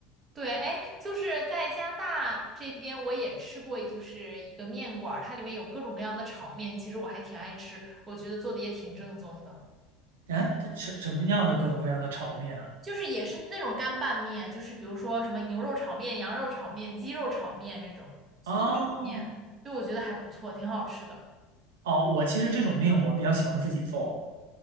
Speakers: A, on the right (about 30°); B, on the right (about 80°).
A: 对，哎，就是在加拿大这边，我也吃过，就是一个面馆儿，它里面有各种各样的炒面，其实我还挺爱吃，我觉得做的也挺正宗的，
B: 哎，这什什么样的各种各样的炒面啊？
A: 就是也是那种干拌面，就是比如说什么牛肉炒面、羊肉炒面、鸡肉炒面这种素炒面，
B: 哦
A: 就我觉得还不错，挺好吃的。
B: 哦，我其实这种面我比较喜欢自己做